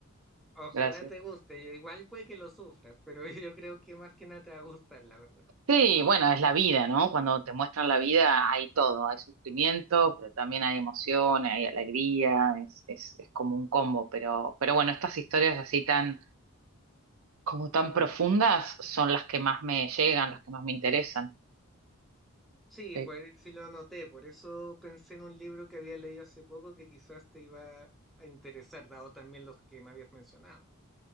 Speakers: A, in the centre; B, on the right.
A: Ojalá
B: gracias.
A: te guste, igual puede que lo sufras, pero <laughs> yo creo que más que nada te va a gustar, la verdad.
B: Sí, bueno, es la vida, ¿no? Cuando te muestran la vida hay todo, hay sufrimiento, pero también hay emoción, hay alegría, es, es, es como un combo, pero, pero bueno, estas historias así tan, como tan profundas son las que más me llegan, las que más me interesan.
A: Sí,
B: Sí.
A: pues sí lo noté, por eso pensé en un libro que había leído hace poco que quizás te iba a interesar, dado también los que me habías mencionado.